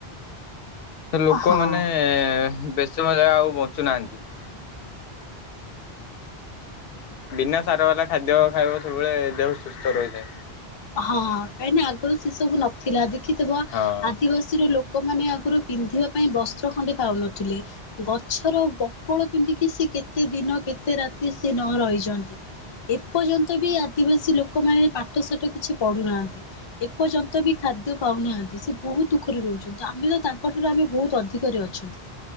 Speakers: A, on the left; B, on the left.
A: ସେ ଲୋକମାନେ
B: ହଁ
A: ବେଶୀ ସମୟ ଜାଏଁ ଆଉ ବଞ୍ଚୁନାହାନ୍ତି। ବିନା ସାର ବାଲା ଖାଦ୍ୟ ଖାଇବ ସବୁବେଳେ ଦେହ ସୁସ୍ଥ ରହିଥାଏ।
B: ହଁ କାହିଁନା ଆଗୁରୁ ସେ ସବୁ ନଥିଲା ଦେଖିଥିବ
A: ହଁ
B: ଆଦିବାସୀର ଲୋ ଲୋକମାନେ ଆଗୁରୁ ପିନ୍ଧିବା ପାଇଁ ବସ୍ତ୍ର ଖଣ୍ଡେ ପାଉନଥିଲେ ଗଛର ବକଳ ପିନ୍ଧିକି କେତେ ସେ ଦିନ କେତେ ରାତି ସେ ନ ରହିଛନ୍ତି। ଏପର୍ଯ୍ୟନ୍ତ ବି ଆଦିବାସୀ ଲୋକମାନେ ପାଠ ସାଠ କିଛି ପଢୁନାହାନ୍ତି। ଏପର୍ଯ୍ୟନ୍ତ ବି ଖାଦ୍ୟ ପାଉନାହାନ୍ତି ସେ ବହୁତ ଦୁଃଖରେ ରହୁଛନ୍ତି ଆମେ ତ ତାଙ୍କଠାରୁ ଆମେ ବହୁତ ଅଧିକରେ ଅଛନ୍ତି।